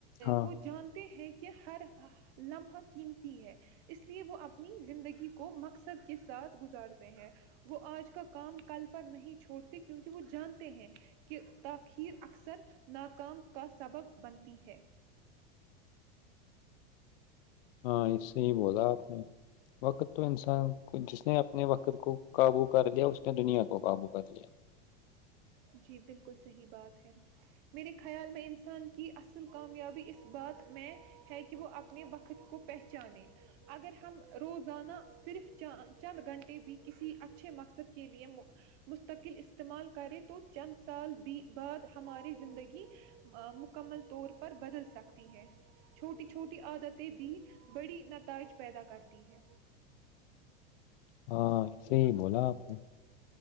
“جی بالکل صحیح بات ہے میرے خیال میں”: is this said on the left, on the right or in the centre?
Right